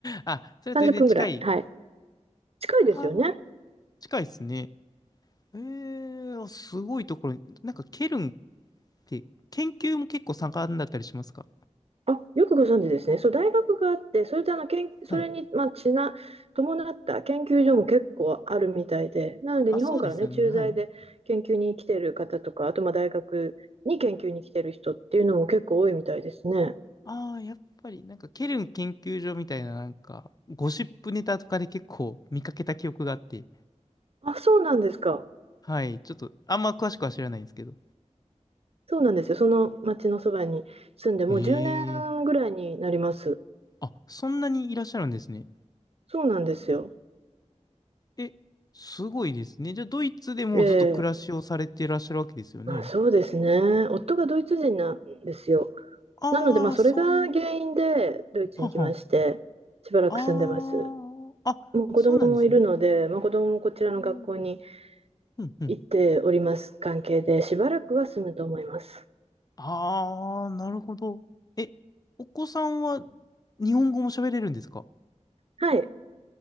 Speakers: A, on the left; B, on the right.
A: あ、それは全然近い。
B: 30分ぐらい。はい。近いですよね。
A: ああ、近いですね。ええ、すごいところに、なんかケルンで、研究も結構盛んだったりしますか
B: あ、よくご存知ですね。そう、大学があって、それであの研それに、
A: はい。
B: まあ、ちな、伴った研究所も結構あるみたいで、なので日本からね、
A: あ、そうですよね。
B: 駐在で研究に来てる方とか、
A: はい。
B: あとまあ大学に研究に来てる人っていうのも結構多いみたいですね。
A: ああ、やっぱり、なんか、ケルン研究所みたいな、なんか、ゴシップネタとかで結構見かけた記憶があって、
B: あ、そうなんですか。
A: はい。ちょっと、あんま詳しくは知らないんですけど。
B: そうなんですよ。その町のそばに住んで、もう10年ぐらいになります。
A: へえ。あ、そんなにいらっしゃるんですね。
B: そうなんですよ。
A: へええ、すごいですね。じゃあ、ドイツでもうずっと暮らしをされていらっしゃるわけですよね。
B: ええ、まあ、そうですね。夫がドイツ人なんですよ。
A: ああ、
B: なので、まあ、それが原因でドイツに来まして、
A: そういう。はは。
B: しばらく住んでます。
A: ああ、あ、
B: もう子供もいるので、
A: そうなんですね。
B: まあ、子供もこちらの学校に
A: うんうんうん
B: 行っております関係で、しばらくは住むと思います。
A: ああ、なるほど。え、お子さんは日本語も喋れるんですか
B: はい。